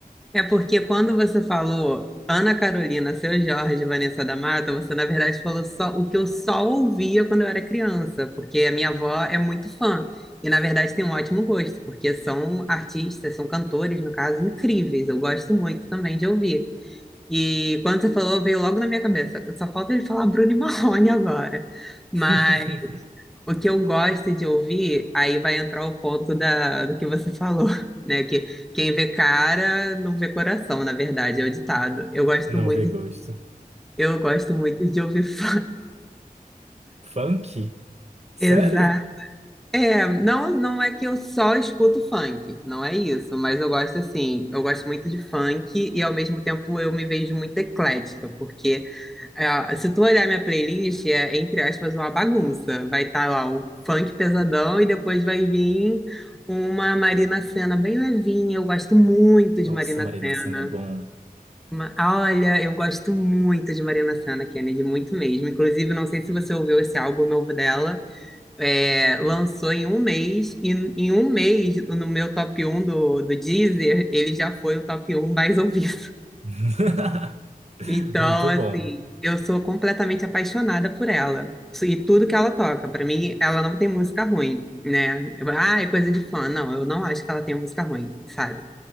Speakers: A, in the centre; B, on the right.
A: É porque quando você falou Ana Carolina, Seu Jorge, Vanessa da Mata, você na verdade falou só o que eu só ouvia quando eu era criança, porque a minha avó é muito fã e na verdade tem um ótimo gosto, porque são artistas, são cantores, no caso, incríveis. Eu gosto muito também de ouvir. E quando você falou, veio logo na minha cabeça. Só falta ele falar Bruno e Marrone agora. Mas
B: <laughs>
A: O que eu gosto de ouvir, aí vai entrar o ponto da, do que você falou, <laughs> né? Que quem vê cara não vê coração, na verdade, é o ditado. Eu gosto
B: Não
A: muito,
B: vê gosto.
A: eu gosto muito de ouvir <laughs> funk.
B: Funk? Sério?
A: Exato. É, não, não é que eu só escuto funk, não é isso, mas eu gosto assim, eu gosto muito de funk e ao mesmo tempo eu me vejo muito eclética, porque É, ó, se tu olhar minha playlist, é, entre aspas, uma bagunça. Vai estar lá o funk pesadão e depois vai vir uma Marina Sena bem levinha. Eu gosto muito de
B: Nossa,
A: Marina
B: Marina
A: Sena.
B: Sena é bom.
A: Ma- Olha, eu gosto muito de Marina Sena, Kennedy, muito mesmo. Inclusive, não sei se você ouviu esse álbum novo dela. é, lançou em um mês, e em um mês, no meu top um do, do Deezer, ele já foi o top um mais <laughs> ouvido.
B: <laughs>
A: Então,
B: Muito
A: assim,
B: bom.
A: eu sou completamente apaixonada por ela e tudo que ela toca. Para mim, ela não tem música ruim, né? Eu, ah, é coisa de fã. Não, eu não acho que ela tenha música ruim, sabe?